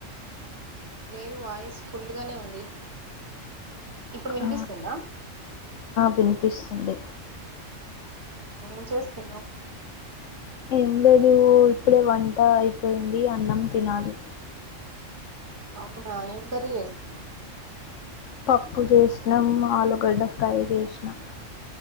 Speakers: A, on the right; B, on the left.
A: లేదు వాయిస్ ఫుల్గానే ఉంది ఇప్పుడు వినిపిస్తుందా
B: ఆ వినిపిస్తుంది
A: ఏం చేస్తున్నావ్
B: ఏం లేదు ఇప్పుడే వంట అయిపోయింది అన్నం తినాలి
A: అవునా ఏం కర్రీ చేస్తున్నావ్
B: పప్పు చేసినాం ఆలుగడ్డ ఫ్రై చేసినా